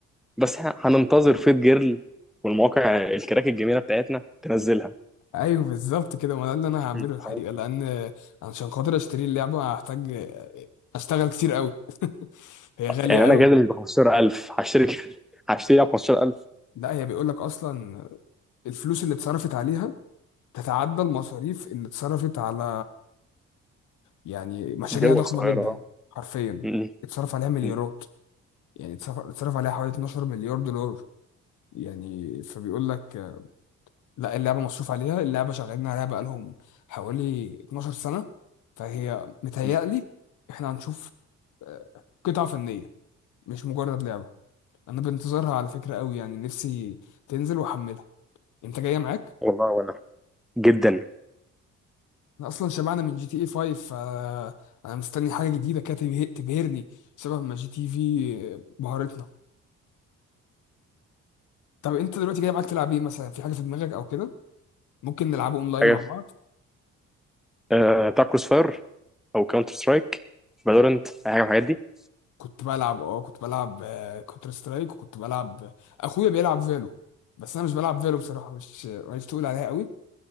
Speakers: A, in the centre; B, on the left.
A: بس احنا هننتظر فيت جيرل والمواقع الكراك الجميله بتاعتنا تنزلها
B: ايوه بالظبط كده ما ده اللي انا هعمله
A: انت
B: الحقيقة
A: فاهم
B: لان عشان خاطر اشتري اللعبة هحتاج آه، اشتغل كتير قوي <laughs> هي غالية
A: يعني
B: قوي
A: انا جاي ب 15000 هشتري <laughs> هشتري 15000
B: لا هي بيقول لك اصلا الفلوس اللي اتصرفت عليها تتعدى المصاريف اللي اتصرفت على يعني مشاريع
A: دول
B: ضخمة
A: صغيرة
B: جدا
A: اه
B: حرفيا
A: م-
B: اتصرف عليها مليارات
A: م-
B: يعني اتصرف اتصرف عليها حوالي 12 مليار دولار يعني فبيقول لك آه، لا اللعبة مصروف عليها اللعبة شغالين عليها بقالهم حوالي 12 سنة فهي متهيألي
A: م.
B: احنا هنشوف آه، قطعة فنية مش مجرد لعبة انا بنتظرها على فكرة قوي يعني نفسي تنزل واحملها انت جاية معاك
A: والله وانا جدا
B: انا اصلا شبعنا من جي تي اي 5 فانا مستني حاجة جديدة كده تبه- تبهرني شبه ما جي تي إيه في بهرتنا طب انت دلوقتي جاي معاك تلعب ايه مثلا في حاجه في دماغك او كده ممكن نلعبه اونلاين
A: حاجة
B: مع
A: في-
B: بعض
A: آه، بتاع كروس فاير او كاونتر سترايك فالورنت اي حاجه من الحاجات دي
B: كنت بلعب اه كنت بلعب كونتر سترايك وكنت بلعب آه، اخويا بيلعب فالو بس انا مش بلعب فالو بصراحه مش مش تقول عليها قوي